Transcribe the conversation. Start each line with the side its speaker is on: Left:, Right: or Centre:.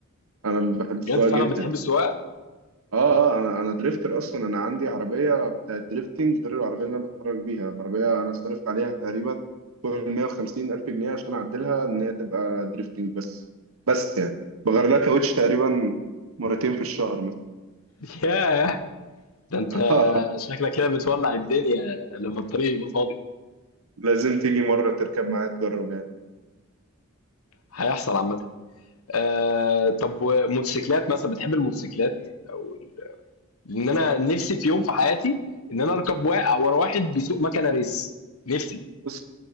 Right: انا بحب
Left: بجد
Right: السواقه
Left: فعلا
Right: جدا
Left: بتحب السواقة
Right: اه اه انا انا دريفتر اصلا انا عندي عربيه بتاعت دريفتنج غير العربيه اللي انا بتفرج بيها عربيه انا صارف عليها تقريبا فوق ال 150 الف جنيه عشان اعدلها ان هي تبقى دريفتنج بس بس يعني بغير لها كاوتش تقريبا مرتين في الشهر مثلا
Left: <laughs> ياه ده انت
Right: <laughs>
Left: شكلك كده بتولع الدنيا لما الطريق يبقى فاضي
Right: لازم تيجي مرة تركب معايا تجرب يعني
Left: هيحصل عامة آه طب وموتوسيكلات مثلا بتحب الموتوسيكلات او ال- لان انا نفسي في يوم في حياتي ان انا اركب وا- ورا واحد بيسوق مكنه ريس نفسي
Right: بص